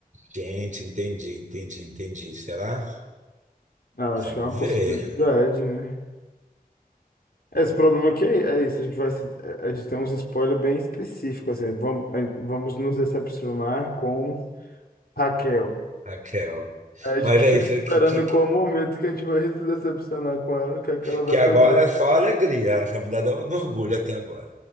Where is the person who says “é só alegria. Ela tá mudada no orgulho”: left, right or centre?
Right